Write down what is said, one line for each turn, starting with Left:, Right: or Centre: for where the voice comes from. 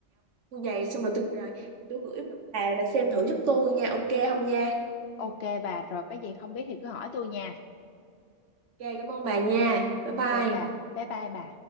Right: tôi về xong rồi tôi rồi tôi gửi bà bà xem thử giúp tôi nha ok không nha
Left: ok bà rồi cái gì không biết thì cứ hỏi tôi nha
Right: ok cảm ơn bà nha bye bye
Left: ok bà bye bye bà